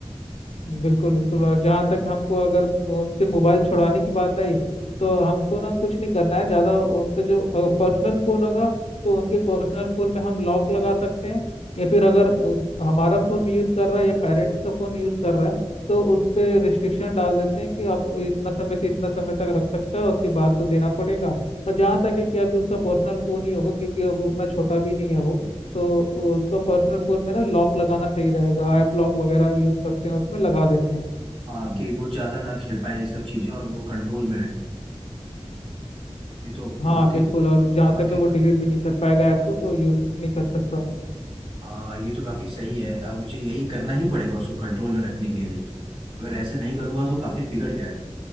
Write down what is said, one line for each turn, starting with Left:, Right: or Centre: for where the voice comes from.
Left: बिल्कुल बिल्कुल और जहाँ तक हमको अगर वो उनसे मोबाइल छुड़ाने की बात आई तो हमको ना कुछ नहीं करना है ज़्यादा उनका जो पर्सनल फ़ोन होगा तो उनके पर्सनल फ़ोन में हम लॉक लगा सकते हैं या फिर अगर अ, हमारा फ़ोन यूज़ कर रहा है या पेरेंट्स का फ़ोन यूज़ कर रहा है तो उस पे रिस्ट्रिक्शन डाल देते हैं कि आप इतना समय से इतना समय तक रख सकता है उसके बाद तो देना पड़ेगा और जहाँ तक है कि अभी उसका पर्सनल फ़ोन ही होगा क्योंकि अब उतना छोटा भी नहीं है वो तो उसका पर्सनल फोन में ना लॉक लगाना सही रहेगा ऐप लॉक वगैरह यूज करते हैं उसमें लगा देते हैं
Right: हाँ कि वो ज्यादा ना खेल पाए ये सब चीजें और वो कंट्रोल में रहे ये तो
Left: हाँ
Right: बहुत
Left: बिल्कुल
Right: ही
Left: और जहाँ
Right: बहुत
Left: तक
Right: ही
Left: है वो डिलीट भी नहीं कर पाएगा ऐप को तो यूज नहीं कर सकता हूँ
Right: हाँ ये तो काफी सही है अब मुझे यही करना ही पड़ेगा उसको कंट्रोल में रखने के लिए अगर ऐसे नहीं करूंगा तो काफी बिगड़ जाएगा